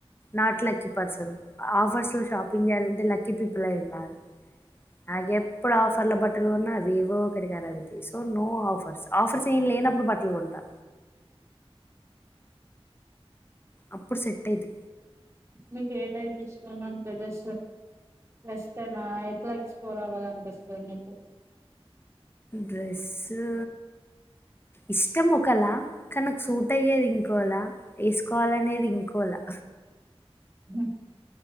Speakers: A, on the left; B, on the right.
A: నాట్ లక్కీ పర్సన్. ఆఫర్స్ లో షాపింగ్ చేయాలంటే లక్కీ పీపుల్ అయి ఉండాలి. నాగేప్పుడు ఆఫర్ల బట్టలు ఉన్నా అవి ఏవో ఒకక్కడికి అవుతాయి. సో నో ఆఫర్స్ ఆఫర్స్ ఏం లేనపు ఇప్పుడు బట్టలు కొంటా అప్పుడు సెట్ అయితె
B: నీకు ఏ టైప్ ఇష్టం అంటే తెస్త వెస్ట్రెనా ఎట్లా ఎక్స్పోర్ అవ్వాలనిపిస్తది నీకు
A: డ్రెస్సు ఇష్టం ఒకలా కాన్ నాకు సూట్ అయ్యేది ఇంకోలా వేసుకోవాలనేది ఇంకోలా
B: ఉమ్